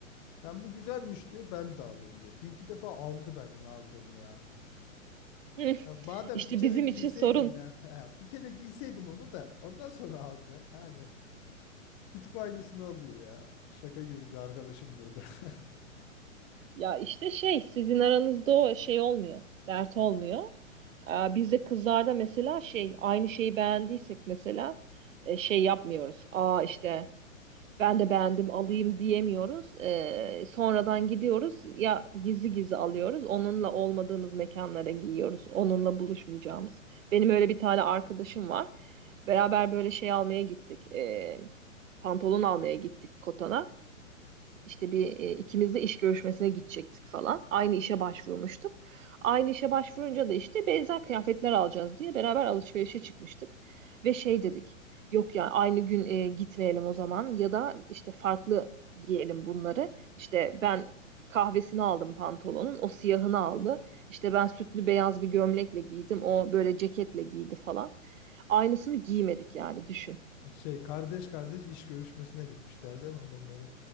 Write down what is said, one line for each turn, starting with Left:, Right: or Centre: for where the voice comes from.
Left: Yani bu güzelmiş diyor ben de alayım diyor. Bir iki defa aldı benim aldığımı ya. <laughs>
Right: Hı.
Left: Ya madem
Right: İşte
Left: bir kere
Right: bizim
Left: giyseydim
Right: için sorun.
Left: yani. <laughs> Ya Bir kere giyseydim onu da ondan sonra al be. Yani gidip aynısını alıyor ya. Şaka gibi bir arkadaşımdı o da. <laughs>
Right: Ya işte şey sizin aranızda o şey olmuyor. Dert olmuyor. Ee, Bizde kızlarda mesela şey aynı şeyi beğendiysek mesela e, şey yapmıyoruz. Aa işte ben de beğendim alayım diyemiyoruz. Ee, sonradan gidiyoruz ya gizli gizli alıyoruz. Onunla olmadığımız mekanlara giyiyoruz. Onunla buluşmayacağımız. Benim öyle bir tane arkadaşım var. Beraber böyle şey almaya gittik. Ee, pantolon almaya gittik Kotan'a. İşte bir e, ikimiz de iş görüşmesine gidecektik falan. Aynı işe başvurmuştuk. Aynı işe başvurunca da işte benzer kıyafetler alacağız diye beraber alışverişe çıkmıştık. Ve şey dedik. Yok ya aynı gün e, gitmeyelim o zaman ya da işte farklı giyelim bunları. İşte ben kahvesini aldım pantolonun, o siyahını aldı. İşte ben sütlü beyaz bir gömlekle giydim, o böyle ceketle giydi falan. Aynısını giymedik yani düşün.
Left: Şey kardeş kardeş iş görüşmesine gitmişler değil mi bunların?